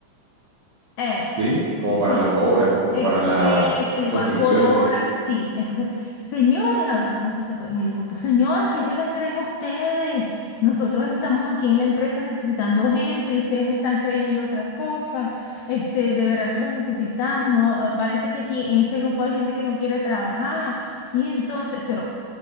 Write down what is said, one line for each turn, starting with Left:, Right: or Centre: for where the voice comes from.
Left: eh,
Right: Sí, como para
Left: sí,
Right: las obras, como
Left: Ex,
Right: para la
Left: eh, que le
Right: construcción
Left: cobrar por hora,
Right: y así.
Left: sí. Entonces, señores, habló una muchacha en el grupo, señores, ¿qué se les creen ustedes? Nosotros estamos aquí en la empresa necesitando gente y ustedes están creyendo otra cosa. Este, de verdad que los necesitamos, ¿no? Ah, Parece que aquí en este grupo hay gente que no quiere trabajar. Y entonces, pero